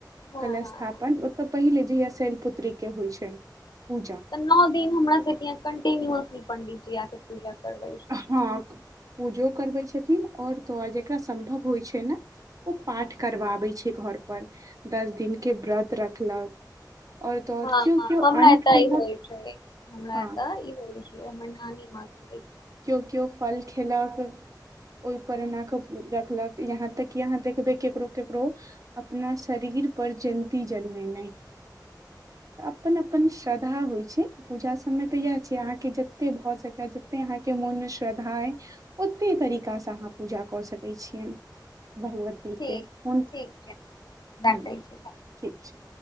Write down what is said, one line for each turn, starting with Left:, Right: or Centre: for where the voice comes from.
Left: हँ हँ
Right: कलस्थापन
Left: हँ
Right: ओ ते पहिले जहिया से शैेलपुत्री के होय छै। पूजा
Left: तऽ नौ दिन हमरा सबके यहाँ कंटिन्युसली पंडित जी आ के पूजा करबै छथिन
Right: हाँ पूजो करबै छ थिन और तोर जकरा सम्भव होय छै ने। ओ
Left: हँ
Right: पाठ करबाबै छै। ए घर पर। दस दिन के व्रत रखलक। और तो और
Left: हाँ-हाँ
Right: केओ केओ
Left: हमरा
Right: अन्न
Left: एता
Right: खेलक
Left: ई होय छै, हमरा
Right: हँ
Left: एता ई होय छै हमर नानी मां <unintelligible>
Right: कियो-कियो फल खेलक, ओय पर एना कऽ उम्म रखलक, यहाँ तक कि अहाँ देखबै केकरो-केकरो अपना शरीर पर जयन्ती जनमेनाय, अपन-अपन श्रद्धा होय छै, पूजा सब मे
Left: छथिन।
Right: ते इहाए छै अहाँ के जते भ सकै, जते अहाँ के मोन मे श्रद्धा अय, ओते तरीका से अहाँ पूजा कऽ सकै छियन। भगवती
Left: ठीक
Right: के हुं
Left: ठीक छै राखै
Right: ह्म्म
Left: छी
Right: ठीक छै।